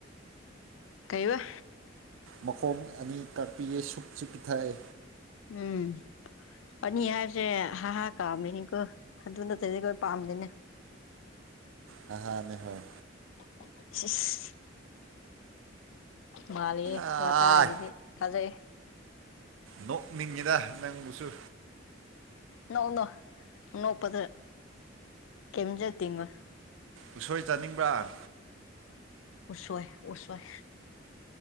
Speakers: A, on the left; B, on the right.
A: ꯀꯩꯕ
B: ꯃꯈꯣꯡ ꯑꯅꯤ ꯀꯥꯛꯄꯤꯌꯦ ꯁꯨꯞꯁꯤ ꯄꯤꯊꯛꯑꯦ
A: ꯎꯝ ꯑꯅꯤ ꯍꯥꯏꯕꯁꯦ ꯍꯥꯍ ꯀꯥꯝꯃꯤꯅꯤꯀꯣ ꯑꯗꯨ ꯅꯠꯇꯗꯤ ꯑꯩꯈꯣꯏ ꯄꯥꯝꯗꯦꯅꯦ
B: ꯍꯍꯥꯅꯦ ꯍꯣꯏ
A: ꯎꯝ ꯏꯁ ꯃꯥꯜꯂꯤꯍꯦ
B: ꯑꯥꯏ
A: ꯋꯥꯇꯥꯁꯤꯗꯤ ꯊꯥꯖꯩ
B: ꯅꯣꯛꯅꯤꯡꯉꯤꯗ ꯅꯪꯕꯨꯁꯨ
A: ꯅꯣꯛ ꯅꯣꯛꯑꯣ ꯅꯣꯛꯄꯗꯣ ꯀꯩꯝꯇꯁꯨ ꯇꯤꯡ ꯉꯣꯏ
B: ꯎꯁꯣꯏ ꯆꯥꯅꯤꯡꯕ꯭ꯔꯥ
A: ꯎꯁꯣꯏ ꯎꯁꯣꯏ